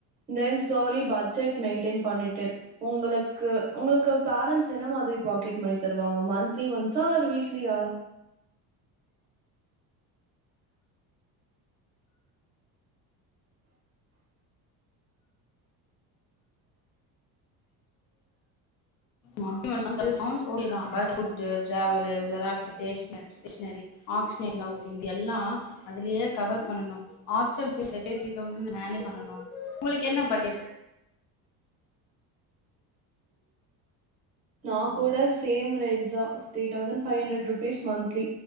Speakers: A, on the right (about 20°); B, on the left (about 50°).
A: தென் சோலி பட்ஜெட் மெயின்டென் பண்ணிட்டேன் உங்களுக்கு உங்ளுக்கு பேரன்ஸ் என்ன மாதிரி பாக்கெட் மணி தருவாங்க மன்திலி ஒன்ஸ்சா ஆர் வீக்லியா
B: ம் <unintelligible> புட்டு ட்ராவல்லு ஷெராஸ்சு ஸ்டேஸ் ஸ்டேசனரி எல்லாத்தையு எல்லா அதுலயே கவர் பண்ணனு ஹாஸ்டல் பீஸ் எயிட்டி தொஸண்ட்மேனேஜ் பண்ணனு உங்களுக்கு உங்களுக்கு என்ன பதில்
A: நா கூட சேம் ரேஜ் தா three thousand five hundred rupees monthly